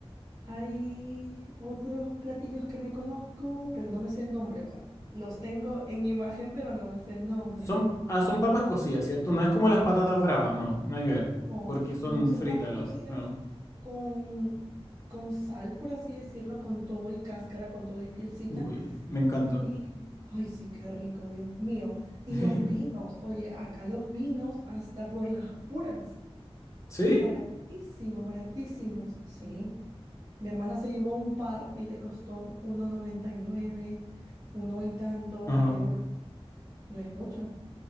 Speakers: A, on the right; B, on the left.
A: hay otros platillos que me conozco, pero no me sé el nombre, o sea, los tengo en imagen, pero no me sé el nombre.
B: Son, ah, son papas cocidas, ¿cierto? No es como las patatas bravas, no, nada que ver,
A: No,
B: porque son
A: no son
B: fritas
A: papas
B: las
A: cocidas
B: otras. Pero,
A: con, con sal, por así decirlo, con todo y cáscara, con todo y pielcita.
B: uy, me encanta.
A: Y, ay, sí, qué rico, Dios mío. Y
B: <laughs>
A: los vinos, oye, acá los vinos hasta por las puras,
B: ¿Sí?
A: baratísimos, baratísimos, sí. Mi hermana se llevó un par y le costó uno noventa y nueve uno y tanto
B: Ajá.
A: de euros, no es mucho.